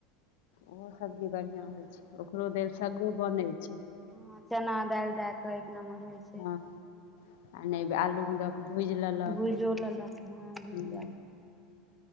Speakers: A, on the left; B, in the centre.
A: ओहो सब्जी बढ़िया होइ छै ओकरो देल सगो बनै छै
B: हाँ चना दाल दए के एक नंबर होय छै
A: हँ आ नहि आलू मे दोके भूज लेलक
B: भुजियो लेलक हँ भुजिया
A: हुँ
B: भेल